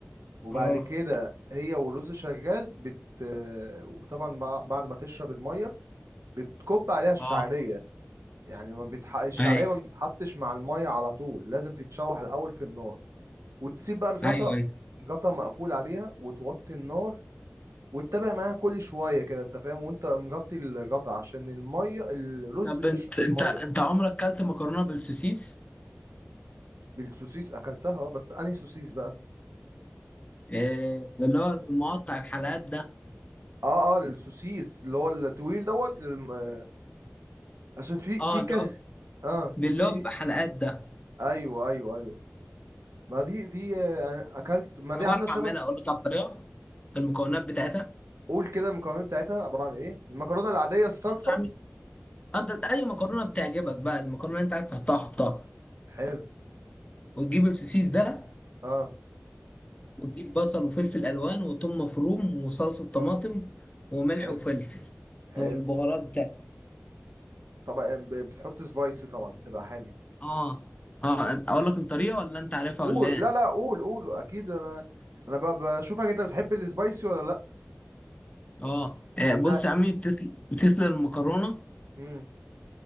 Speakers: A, on the right (about 75°); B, on the left (about 25°).
A: وبعد
B: اه
A: كده هي والرز شغال بت وطبعا بع- بعد ما تشرب الميه بتكب عليها الشعريه
B: اه
A: يعني ما بيتح... الشعريه
B: اي
A: ما بتتحطش مع الميه على طول لازم تتشوح الاول في النار وتسيب بقى الغطا
B: ايوه ايوه
A: الغطا مقفول عليها وتوطي النار وتتابع معاها كل شويه كده انت فاهم وانت مغطي الغطا عشان الميه الرز
B: طب
A: بيشرب
B: انت
A: الميه
B: انت انت عمرك كلت مكرونه بالسوسيس
A: بالسوسيس اكلتها بس انهي سوسيس بقى
B: إيه اللي هو المقطع الحلقات ده
A: اه اه السوسيس اللي هو الطويل دوت الم... عشان في
B: اه
A: في كه
B: اللي هو
A: اه
B: اللي
A: في
B: هو بيبقى حلقات ده
A: ايوه ايوه ايوه ما دي دي آه، أنا اكلت ما دي
B: انا بعرف
A: عامله شبه
B: اعملها اقول لك على الطريقه المكونات بتاعتها
A: قول كده المكونات بتاعتها عباره عن ايه المكرونه العاديه الصلصه
B: بص يا عمي انت اي مكرونه بتعجبك بقى المكرونه اللي انت عايز تحطها حطها
A: حلو
B: وتجيب السوسيس ده
A: اه
B: وتجيب بصل وفلفل الوان وثوم مفروم وصلصه طماطم وملح
A: حلو
B: وفلفل
A: حلو
B: والبهارات بتاعتك
A: طبعا ب- بتحط سبايسي طبعا تبقى حامي
B: اه اه اقول لك الطريقه ولا انت عارفها
A: قول
B: ولا ايه
A: لا لا قول قول اكيد انا انا ب- بشوفك انت بتحب السبايسي ولا لا
B: اه آه،
A: انت
B: بص يا عمي بتسل... بتسلق المكرونه
A: امم